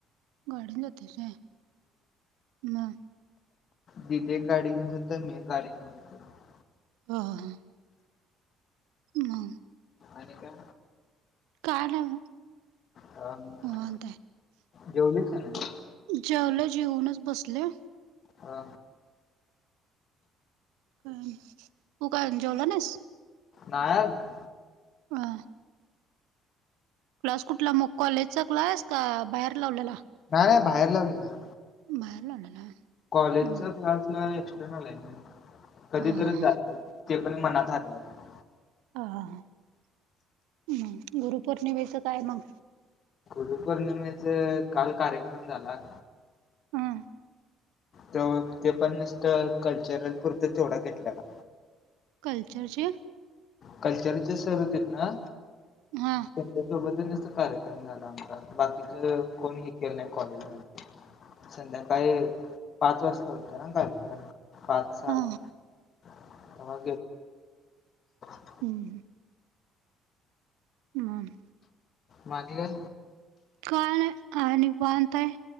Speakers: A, on the right; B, on the left.
A: गाडीन जातोसं होय म
B: दीदी एक गाडी घेऊन जाते, मी एक गाडी घेऊन. जातो
A: हह. मग.
B: आणि काय?
A: काय नाही.
B: हा ना,
A: निवांत
B: जेवलीसं काय नाही?
A: जेवलोय, जेऊनचं बसले.
B: हा.
A: का तू कायअजुन जेवला नाहीस?
B: नायअजुन.
A: होय. क्लास कुठला, कॉलेजचा क्लास का बाहेर लावलेला.
B: नाही - नाही बाहेर लावलेला.
A: बाहेर लावलेला.
B: कॉलेजचा्
A: मग
B: क्लास. एक्स्टरर्नल आहे कधीतरी
A: ह
B: जातं ते पण मनात आलं तर,
A: हा हम् गुरुपौर्णिमेचं काय मग?
B: गुरुपोर्णिमेचा काल कार्यक्रम झाला.
A: हम,
B: तर ते पण नुसतं कल्चरल पुरत तेवढा घेतलेला.
A: कलचरचे?
B: कल्चरचे सर होतेत ना?
A: हा.
B: त्यांच्यासोबतच कार्यक्रम झाला आमचा बाकीच कोण हे नाही कॉलेजला. संध्याकाळी पाच वाजता होत ना कार्यक्रम. पाच, सहा
A: हा
B: ला <unintelligible>
A: हम्म, हम्म. ह.
B: मागे.
A: काय नाही आता निवांत हाय